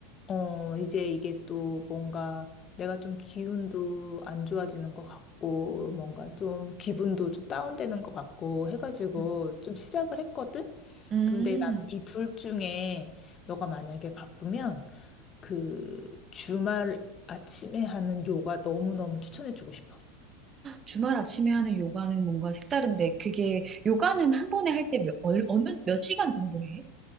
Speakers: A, on the left; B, on the right.
A: 어, 이제 이게 또 뭔가 내가 좀 기운도 안 좋아지는 것 같고, 뭔가
B: 음,
A: 좀 기분도 좀 다운되는 것 같고 해가지고
B: 음.
A: 좀 시작을 했거든?
B: 음.
A: 근데 나는 이 둘 중에 너가 만약에 바쁘면 그 주말 아침에 하는 요가 너무너무 추천해주고 싶어.
B: 주말 아침에 하는 요가는 뭔가 색다른데, 그게, 요가는 한 번에 할 때 몇, 얼- 어느, 몇 시간 정도 해?